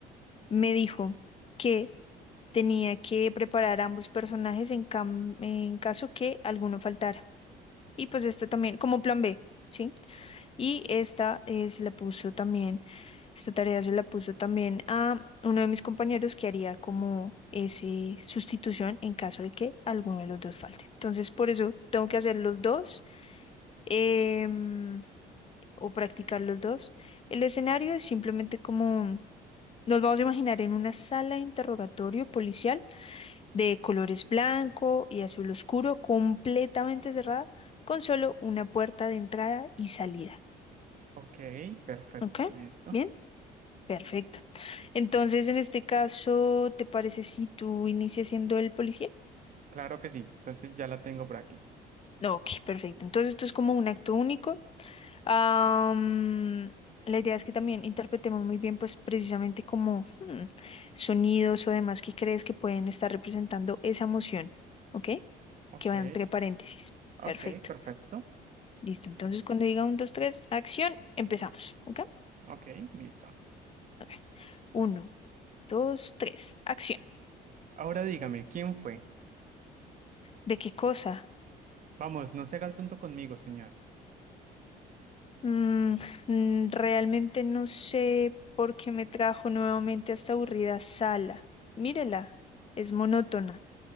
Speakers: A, on the left; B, on the right.
A: me dijo que tenía que preparar ambos personajes en, cam- en caso que alguno faltara. Y pues esta también, como plan B, ¿sí? Y esta eh, se la puso también, esta tarea se la puso también a uno de mis compañeros que haría como ese sustitución en caso de que alguno de los dos falte. Entonces, por eso tengo que hacer los dos em, o practicar los dos. El escenario es simplemente como nos vamos a imaginar en una sala de interrogatorio policial de colores blanco y azul oscuro, completamente cerrada, con solo una puerta de entrada y salida.
B: Ok, perfecto,
A: ¿Ok?
B: listo.
A: Bien, perfecto. Entonces, en este caso, ¿te parece si tú inicias siendo el policía?
B: Claro que sí. Entonces ya la tengo por aquí.
A: No, ok, perfecto. Entonces, esto es como un acto único. Am, la idea es que también interpretemos muy bien, pues precisamente como hmm, sonidos o demás que crees que pueden estar representando esa emoción, ¿ok?
B: Ok,
A: Que va entre paréntesis.
B: ok,
A: Perfecto.
B: perfecto.
A: Listo. Entonces, cuando diga un, dos, tres, acción, empezamos, ¿ok?
B: Ok, listo.
A: Ok. Uno, dos, tres, acción.
B: Ahora dígame, ¿quién fue?
A: ¿De qué cosa?
B: Vamos, no se haga el tonto conmigo, señor.
A: Mm, mm, realmente no sé por qué me trajo nuevamente a esta aburrida sala. Mírela, es monótona.